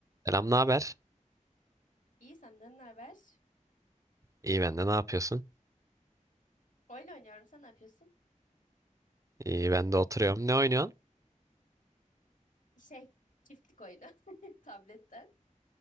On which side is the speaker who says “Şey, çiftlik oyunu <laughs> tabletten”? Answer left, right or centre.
Left